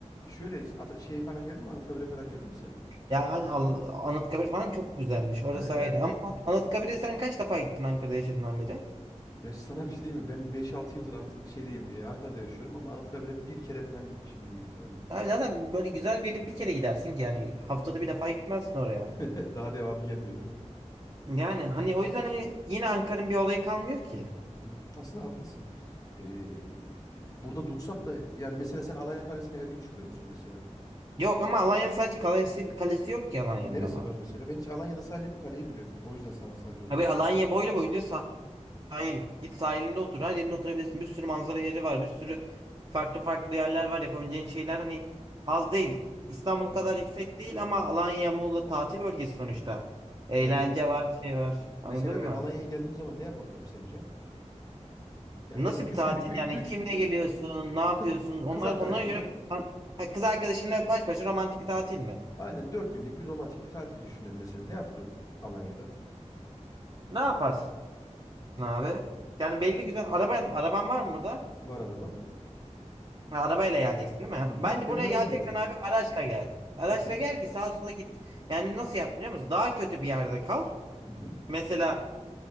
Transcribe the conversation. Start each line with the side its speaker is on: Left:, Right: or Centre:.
Left: şöyle Ata- şey falan geldi mi? Anıtkabir'e falan geldin mi sen?
Right: Ya hani Al- Anıtkabir falan çok güzelmiş. Orası
Left: Ha yani
Right: ayrı ama Anıtkabir'e sen kaç defa gittin Ankara'da yaşadığından beri?
Left: <laughs> ya sana bir şey diyeyim mi? Ben beş altı yıldır Anıt şeydeyim. e, Ankara'da yaşıyorum ama Anıtkabir'e bir kere falan gitmişimdir büyük ihtimalle.
Right: Abi zaten böyle güzel bir yere bir kere gidersin ki yani haftada
Left: Evet.
Right: bir defa gitmezsin oraya.
Left: <laughs> Daha devamı gelmiyor değil mi?
Right: Yani hani o yüzden hani yine Ankara'nın bir olayı kalmıyor ki.
Left: Hı hı. Aslında haklısın. Ee, burada dursak da yani mesela sen Alanya Kalesi'ne her gün çıkıyor musun mesela?
Right: Yok ama Alanya'nın sadece kalesi, kalesi yok ki Alanya'nın
Left: Neresi
Right: ama.
Left: var mesela? Ben hiç Alanya'da sadece bir kaleyi biliyorum. O yüzden sana sadece orayı
Right: Abi
Left: sordum.
Right: Alanya boylu boyunca sahil. Git sahilinde otur. Her yerinde oturabilirsin. Bir sürü manzara yeri var. Bir sürü farklı farklı yerler var. Yapabileceğin şeyler hani az değil. İstanbul
Left: Hmm.
Right: kadar yüksek değil ama Alanya, Muğla tatil bölgesi sonuçta. Eğlence
Left: Yani me-
Right: var, şey var. Anladın
Left: mesela
Right: mı?
Left: ben Alanya'ya geldiğim zaman ne yapabilirim sence? Yani
Right: Nasıl
Left: mesela
Right: bir
Left: 3
Right: tatil
Left: günlük bir
Right: yani?
Left: 3
Right: Kimle geliyorsun? Ne yapıyorsun?
Left: kız
Right: Onlar
Left: kız arkadaşımla
Right: onlara göre Ha, kız arkadaşınla baş başa romantik bir tatil mi?
Left: aynen 4 günlük bir romantik bir tatil düşünüyorum mesela. Ne yaparım Alanya'da?
Right: Ne yaparsın? abi. Yani belli güzel. Araban, araban var mı burada?
Left: Var arabam.
Right: Ha, arabayla geleceksin değil mi?
Left: Hı hı.
Right: Bence
Left: Kendi
Right: buraya
Left: arabamla
Right: geleceksen
Left: geleceğim.
Right: abi araçla gel. Araçla
Left: Hı hı.
Right: gel ki sağa sola git. Yani nasıl yap biliyor musun? Daha kötü bir yerde kal.
Left: Hı hı.
Right: Mesela